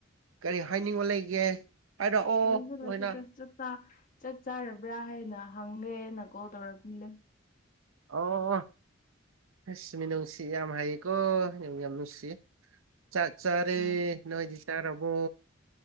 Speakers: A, on the right; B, on the left.
A: ꯀꯔꯤ ꯍꯥꯏꯅꯤꯡꯕ ꯂꯩꯒꯦ ꯍꯥꯏꯔꯛꯑꯣ
B: ꯀꯁꯨ ꯂꯩꯇꯦꯗ
A: ꯂꯣꯏꯅ
B: ꯆꯠ ꯆꯥꯔꯕ꯭ꯔꯥ ꯍꯥꯏꯅ ꯍꯪꯉꯦꯅ ꯀꯣꯜ ꯇꯧꯔꯛꯄꯅꯤꯗ
A: ꯑꯣ ꯑꯣ ꯍꯁ ꯃꯤ ꯅꯨꯡꯁꯤ ꯌꯥꯝ ꯍꯥꯏꯌꯦꯀꯣ ꯅ ꯌꯥꯝ ꯅꯨꯡꯁꯤ ꯆꯥꯛ ꯆꯥꯔꯦ
B: ꯎꯝ
A: ꯅꯣꯏꯗꯤ ꯆꯥꯔꯕꯣ